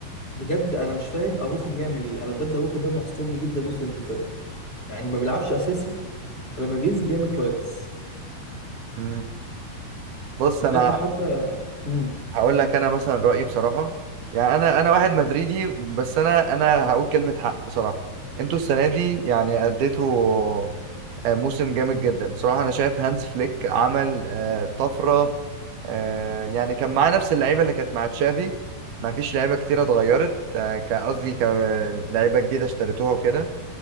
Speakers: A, on the left; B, on the right.
A: بجد انا مش فاهم اروخو بيعمل ايه انا بجد اروخو ده معصبني جدا الموسم اللي فات يعني ما بيلعبش اساسي ولما بينزل بيعمل كويس
B: مم. بص انا
A: فاكر حتى امم
B: هقول لك انا مثلا رايي بصراحه يعني انا انا واحد مدريدي بس انا انا هقول كلمه حق بصراحه انتوا السنه دي يعني اديتوا آه، موسم جامد جدا بصراحه انا شايف هانز فليك عمل آه، طفره آه، يعني كان معاه نفس اللعيبه اللي كانت مع تشافي ما فيش لعيبه كتيره اتغيرت آه، ك- قصدي ك- لعيبه جديده اشتريتوها وكده